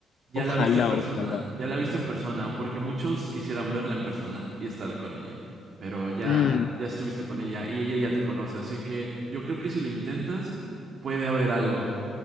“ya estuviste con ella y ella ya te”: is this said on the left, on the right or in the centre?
Right